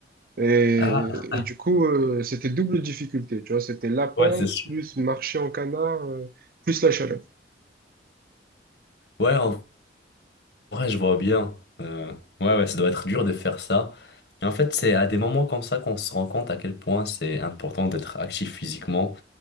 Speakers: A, on the right; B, on the left.
A: Et,
B: Ah,
A: et du coup, euh, c'était double difficulté, tu vois, c'était la pente,
B: ouais, c'est sûr.
A: plus marcher en canard, euh, plus la chaleur.
B: Ouais, en Ouais, je vois bien. Euh, ouais, ouais, ça doit être dur de faire ça. Et en fait, c'est à des moments comme ça qu'on se rend compte à quel point c'est important d'être actif physiquement